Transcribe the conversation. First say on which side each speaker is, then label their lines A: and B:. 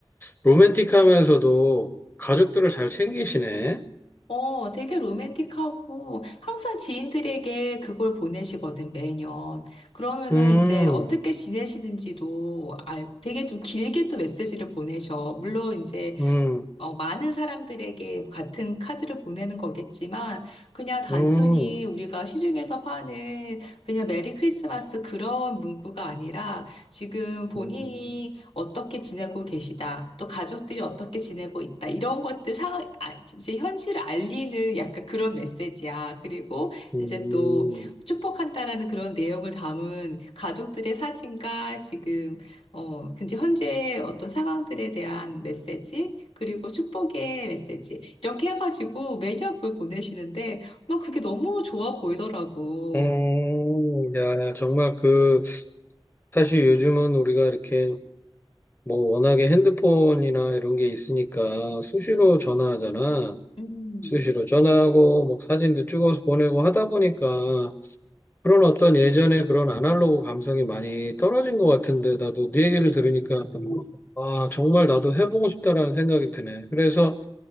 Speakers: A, on the left; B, on the left.
A: 로맨틱하면서도 가족들을 잘 챙기시네.
B: 어, 되게 로맨틱하고 항상 지인들에게 그걸 보내시거든, 매년. 그러면은
A: 음,
B: 이제 어떻게 지내시는지도 알, 되게 좀 길게 또 메시지를 보내셔. 물론 이제
A: 음,
B: 어, 많은 사람들에게 같은 카드를 보내는 거겠지만, 그냥 단순히
A: 음,
B: 우리가 시중에서 파는 그냥 메리 크리스마스 그런 문구가 아니라, 지금 본인이
A: 음,
B: 어떻게 지내고 계시다, 또 가족들이 어떻게 지내고 있다, 이런 것들 상, 아, 이제 현실을 알리는 약간 그런 메시지야. 그리고
A: 음.
B: 이제 또 축복한다라는 그런 내용을 담은 가족들의 사진과 지금 어, 근데 현재 어떤 상황들에 대한 메시지, 그리고 축복의 메시지, 이렇게 해가지고 매년 그걸 보내시는데, 막 그게 너무 좋아 보이더라고.
A: 음, 야, 정말 그, 사실 요즘은 우리가 이렇게 뭐 워낙에 핸드폰이나 이런 게 있으니까 수시로 전화하잖아.
B: 음.
A: 수시로 전화하고 뭐 사진도 찍어서 보내고 하다 보니까 그런 어떤 예전에 그런 아날로그 감성이 많이 떨어진 것 같은데 나도 네 얘기를 들으니까 아, 정말 나도 해보고 싶다라는 생각이 드네. 그래서